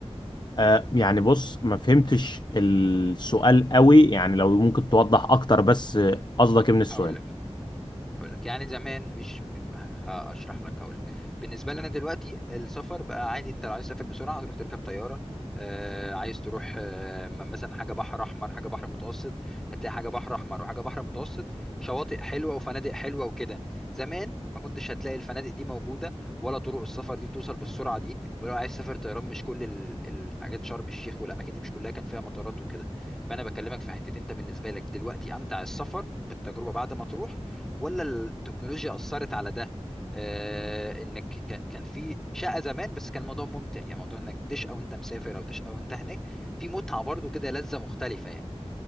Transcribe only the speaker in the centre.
هقول لك هقول لك يعني زمان مش هشرح لك هقول لك بالنسبه لنا دلوقتي السفر بقى عادي انت لو عايز تسافر بسرعه هتروح تركب طياره آه عايز تروح آه م- مثلا حاجه بحر احمر حاجه بحر متوسط هتلاقي حاجه بحر احمر وحاجه بحر متوسط شواطئ حلوه وفنادق حلوه وكده زمان ما كنتش هتلاقي الفنادق دي موجوده ولا طرق السفر دي بتوصل بالسرعه دي ولو عايز تسافر طيران مش كل ال- الحاجات شرم الشيخ والاماكن دي مش كلها كان فيها مطارات وكده فانا بكلمك في حتتين انت بالنسبه لك دلوقتي امتع السفر بالتجربه بعد ما تروح ولا التكنولوجيا أثرت على ده آه انك ك- كان في شقة زمان بس كان الموضوع ممتع يعني موضوع انك تشقى وانت مسافر او تشقى وانت هناك في متعة برضو كده لذة مختلفة يعني